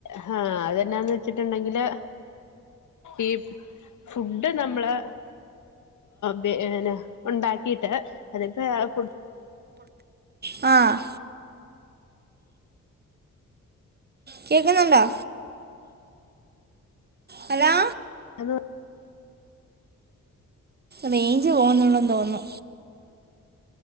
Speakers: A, on the left; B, on the right.
A: ഹാ അത് എന്നാന്ന് വെച്ചിട്ടുണ്ടെങ്കില് ഈ ഫുഡ്ഡ് നമ്മള് പിന്നെ ഉണ്ടാക്കിയിട്ട് അതിപ്പോ
B: <inaudible> ആ കേൾക്കുന്നുണ്ടോ? ഹലോ!
A: അത്
B: റേഞ്ച് പോകുന്നുണ്ടെന്ന് തോന്നുന്നു.